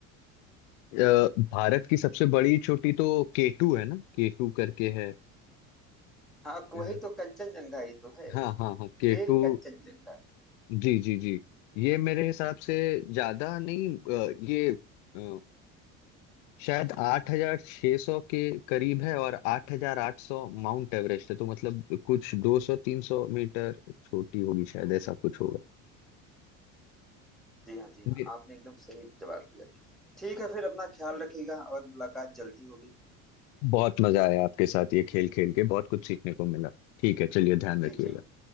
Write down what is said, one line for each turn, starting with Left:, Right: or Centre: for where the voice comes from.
Left: अ, भारत की सबसे बड़ी चोटी तो केटू है ना केटू करके है
Centre: हाँ
Left: अ,
Centre: वही तो कंचनजंगा ही तो है
Left: हाँ हाँ हाँ के
Centre: के
Left: टू
Centre: कंचनजंगा
Left: जी जी जी ये मेरे हिसाब से ज्यादा नहीं अ, ये अ, शायद आठ हजार छह सौ के करीब है और आठ हजार आठ सौ माउंट एवरेस्ट है तो मतलब कुछ दो सौ तीन सौ मीटर छोटी होगी शायद ऐसा कुछ होगा
Centre: जी हाँ जी हाँ
Left: मेरे-
Centre: आपने एकदम सही जवाब दिया ठीक है फिर अपना ख्याल रखिएगा और मुलाकात जल्दी होगी
Left: बहुत मजा आया आपके साथ ये खेल खेल के बहुत कुछ सीखने को मिला ठीक है चलिए ध्यान
Centre: जी
Left: रखिएगा
Centre: जी